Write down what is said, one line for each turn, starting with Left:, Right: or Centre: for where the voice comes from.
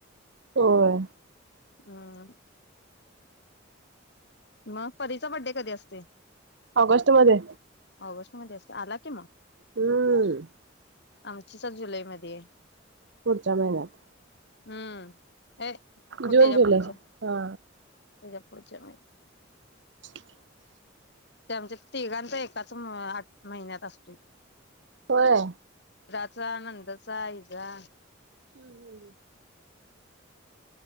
Right: होय
Left: हम. म परीचा बड्डे कधी असतोय,
Right: ऑगस्ट मध्ये
Left: ऑगस्ट. मध्ये असतोय आला कि मग,
Right: हम्म.
Left: आमचीचा जुलै मध्ये,
Right: पुढच्या महिन्यात,
Left: हम्म. हे,
Right: जून
Left: तेच्या
Right: जुलै
Left: पुढच्या
Right: हा
Left: तेच्या पुढच्या महिन्यात.
Right: <unintelligible>
Left: ते आमच्या तिघांचा एकाच आठ महिन्यात असतोय.
Right: होय.
Left: चा, नंदचा, हिचा.
Right: हम्म हम्.